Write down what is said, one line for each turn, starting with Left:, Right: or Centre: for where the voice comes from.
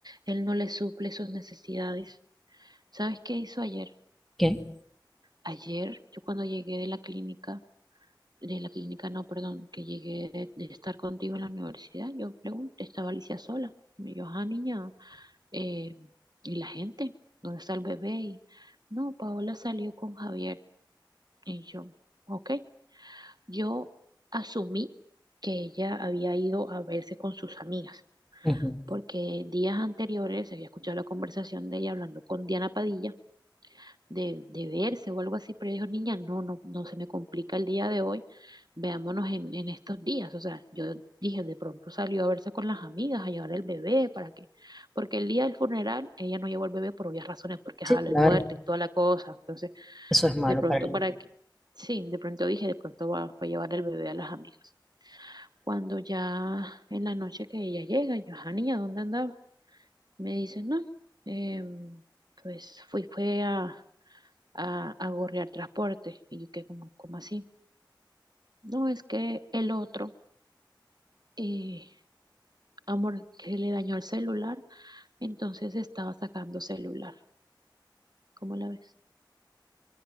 Right: él no le suple sus necesidades. ¿Sabes qué hizo ayer?
Centre: ¿Qué?
Right: Ayer, yo cuando llegué de la clínica, de la clínica, no, perdón, que llegué de, de estar contigo en la universidad, yo pregunté, estaba Alicia sola. Me dijo, ah, niña, eh, ¿y la gente? ¿Dónde está el bebé? Y, no, Paola salió con Javier. Y yo, ok. Yo asumí que ella había ido a verse con sus amigas,
Centre: Ujú.
Right: porque días anteriores había escuchado la conversación de ella hablando con Diana Padilla de, de verse o algo así, pero ella dijo, niña, no, no, no se me complica el día de hoy, veámonos en, en estos días. O sea, yo dije, de pronto salió a verse con las amigas, a llevar el bebé, ¿para qué? Porque el día del funeral ella no llevó el bebé por obvias razones, porque
Centre: Sí,
Right: jala
Centre: claro,
Right: el muerto y toda la cosa. Entonces,
Centre: eso es malo
Right: de pronto,
Centre: para el
Right: ¿para
Centre: niño.
Right: qué? Sí, de pronto dije, de pronto va, fue a llevar el bebé a las amigas. Cuando ya en la noche que ella llega, yo, "Ah, niña, ¿dónde andaba? Me dice, no, em, pues fui, fue a, a, a gorrear transporte. Y yo, qué como, como así? No, es que el otro, eh, amor, que le dañó el celular, entonces estaba sacando celular. ¿Cómo la ves?